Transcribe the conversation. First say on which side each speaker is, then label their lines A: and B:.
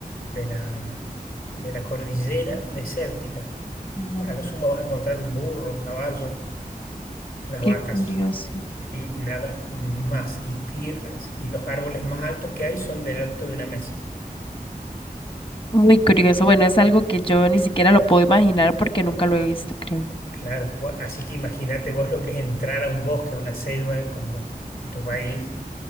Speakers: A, on the left (about 70°); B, on the left (about 35°).
A: de la, de la cordillera desértica.
B: Mm,
A: A lo sumo vas a encontrar un burro, un caballo, unas
B: qué
A: vacas.
B: curioso.
A: y nada más. Y piedras y los árboles más altos que hay son del alto de una mesa.
B: Muy curioso. Bueno, es algo que yo ni siquiera lo puedo imaginar porque nunca lo he visto, creo.
A: Claro, vo- así que imagínate vos lo que es entrar a un bosque, a una selva como en tu país